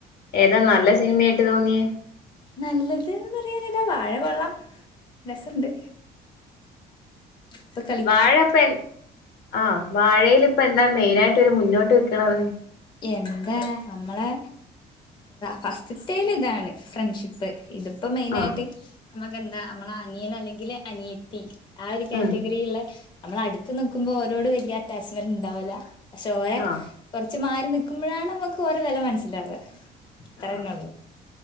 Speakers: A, on the left; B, on the left.
A: ഏതാ നല്ല സിനിമയായിട്ട് തോന്നിയ?
B: നല്ലത് എന്ന് പറയാൻ ഏതാ വാഴ കൊള്ളാം രസണ്ട്. ഇപ്പത്തെ
A: വാഴ ഇപ്പൊ എൻ ആഹ്‌ വാഴയിൽ ഇപ്പ എന്താ മെയിനായിട്ട് ഒരു മുന്നോട്ട് നിക്കണത്?
B: എന്താ നമ്മളെ ഫസ്റ്റിത്തേൽ ഇതാണ് ഫ്രണ്ട്ഷിപ്പ്. ഇതിപ്പോ മെയിന
A: ആഹ്
B: ആയിട്ട് നമ്മുക്ക് എന്താ നമ്മള് അനിയൻ അല്ലെങ്കിൽ അനിയത്തി ആ ഒരു കാറ്റഗറിയിലുള്ള
A: ഉം
B: നമ്മൾ അടുത്ത് നിക്കുമ്പോ ഓരോട് വല്ല്യ അറ്റാച്ച്മെന്റ് ഉണ്ടാവൂല. പക്ഷേ ഒരേ
A: ആഹ്
B: ച്ച് മാറി നിക്കുമ്പോഴാണ് നമ്മുക്ക് ഓരെ വില മനസ്സിലാവ അത്ര
A: ആഹ്
B: തന്നെ ഉള്ളൂ.